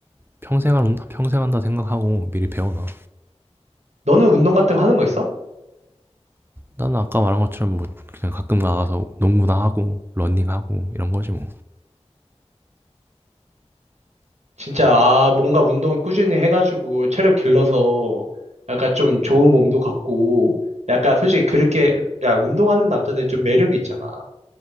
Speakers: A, on the right; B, on the right.
A: 평생 한, 평생 한다 생각하고 미리 배워놔.
B: 너는 운동 같은 거 하는 거 있어?
A: 나는 아까 말한 것처럼 뭐, 그냥 가끔 나가서 농구나 하고, 러닝하고, 이런 거지 뭐.
B: 진짜, 아, 뭔가 운동 꾸준히 해가지고 체력 길러서 약간 좀 좋은 몸도 갖고, 약간 솔직히 그렇게, 야, 운동하는 남자들 좀 매력이 있잖아.